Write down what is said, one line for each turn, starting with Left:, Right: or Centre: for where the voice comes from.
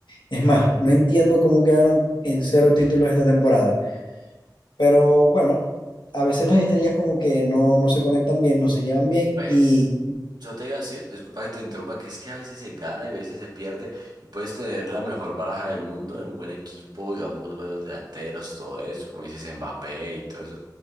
Left: es más, no entiendo cómo quedaron en cero títulos esta temporada. Pero bueno, a veces las estrellas como que no, no se conectan bien, no se llevan bien.
Right: Pues,
Left: Y
Right: yo te iba a decir, disculpa que te interrumpa, que es que a veces se gana y a veces se pierde y puedes tener la mejor baraja del mundo, un buen equipo, digamos, unos buenos delanteros, todo eso, como dices, Mbappé y todo eso.